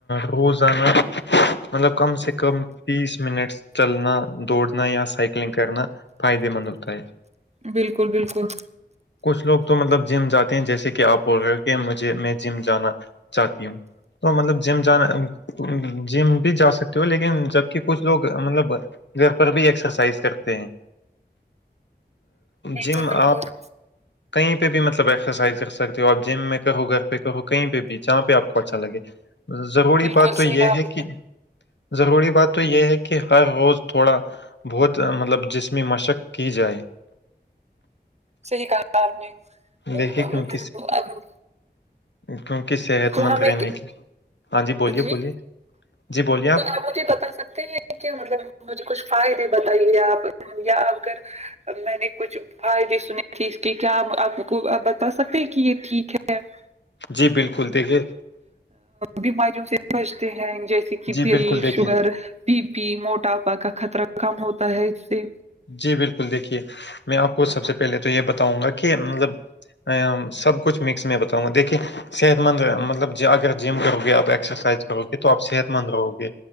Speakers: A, on the left (about 85°); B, on the right (about 40°).
A: روزانہ مطلب کم سے کم تیس منٹ چلنا دوڑنا یا سائیکلنگ کرنا فائدے مند ہوتا ہے
B: بالکل بالکل
A: کچھ لوگ تو مطلب جم جاتے ہیں جیسے کہ آپ بول کہ مجھے میں جم جانا چاہتی ہوں تو مطلب جم جانا جم بھی جا سکتے ہو لیکن جبک کچھ لوگ مطلب گھر پر بھی ایکسرسائز کرتے ہیں
B: بالکل
A: جم
B: بالکل
A: آپ کہیں پہ بھی مطلب ایکسرسائز کر سکتے ہو آپ جم میں کہرو گھر پہ کہرو کہیں پہ بھی جہاں پہ آپ کو اچھا لگے ضروری
B: بالکل
A: بات تو یہ
B: صحیح کہا آپ
A: ہے
B: نے
A: کہ ضروری بات تو یہ ہے کہ ہر روز تھوڑا بہت مطلب جسمی مشق کی جائے
B: صحیح کہا آپ نے تو
A: دیکھیے کیونک کیونک صحت
B: تو
A: مند
B: ہمیں
A: رہنے کی ہاں بولیے
B: جی
A: بولیے جی بولیے آپ
B: تو کیاآپ مجھے بتا سکتے ہیں مطلب مجھے کچھ فائدے بتائیے آپ یا اگر میں نے کچھ فائ بھی سنے تھے اس کے کیا آپ کوپ بتا سکتے ہیں کہ یہ ٹھیک ہے ا <unintelligible>
A: جی بالکل دیکھیے
B: بیماریوں سے بچتے ہیں جیسے کہ
A: جی
B: دل
A: بالکل دیکھیے
B: شوگر بی پی موٹاپا کا خطرہ کم ہوتا ہے اس سے
A: جی بالکل دیکھیے میں آپ کو سب سے پہلے تو یہ بتاؤں گا کہ مطلب سب کچھ مکس میں بتاؤں گا دیکھیے صحت مند مطلب اگر جم کرو گے آپ ایکسرسائز کرو گے تو آپ صحت مند رہو گے